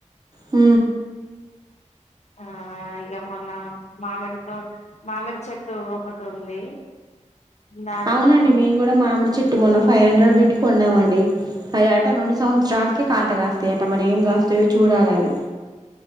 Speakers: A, on the right; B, on the left.
A: అ
B: ఆ ఇక మొన్న మామిడితో మామిడి చెట్టు ఒకటి ఉంది దానికి
A: అవునండి
B: కొంచెం
A: మేము కూడా మామిడి చెట్టు మొన్న ఫైవ్ హండ్రెడ్ పెట్టుకు కొన్నామండి ఆ అట రెండు సంవత్సరాలకి కాత కాస్తాయి అట మరి ఏం కాస్తాయో చూడాలి అవి